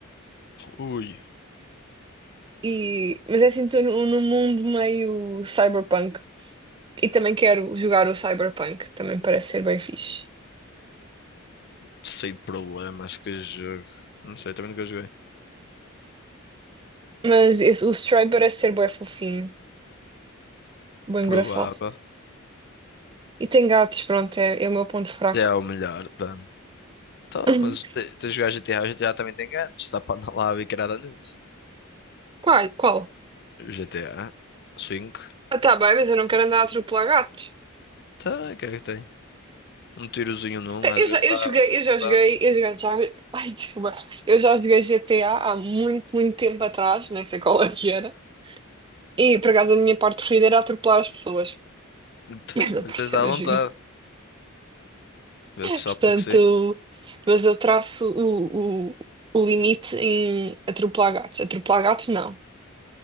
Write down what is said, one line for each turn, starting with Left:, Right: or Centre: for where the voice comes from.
Left: Ui.
Right: e, mas é assim tu, num num mundo meio cyberpunk. E também quero jogar o cyberpunk, também parece ser bem fixe.
Left: Sei de problemas que jogo. Não sei, também nunca joguei.
Right: Mas esse- o Stray parece ser bué fofinho, bem
Left: Provável.
Right: engraçado. E tem gatos, pronto, é, é o meu ponto fraco.
Left: Já é o melhor, pronto. Então,
Right: <laughs>
Left: mas te- tens de jogar GTA, o GTA também tem gatos. Está para andar lá a bicarada neles.
Right: Qual? Qual?
Left: GTA cinco
Right: Ah, tá bem, mas eu não quero andar a atropelar gatos.
Left: tá o que é que tem? Um tirozinho num,
Right: Pé,
Left: às
Right: Eu
Left: vezes
Right: já, eu
Left: dá
Right: joguei,
Left: à
Right: eu
Left: vontade.
Right: já joguei, eu já, já, ai, desculpa, eu já joguei GTA há muito, muito tempo atrás, nem sei qual é que era. E por acaso a minha parte preferida era atropelar as pessoas.
Left: Então,
Right: <laughs> Essa
Left: às
Right: parte
Left: vezes dá
Right: era
Left: à vontade.
Right: gira.
Left: Às
Right: Portanto,
Left: vezes só porque sim.
Right: mas eu traço o, o, o limite em atropelar gatos. Atropelar gatos, não.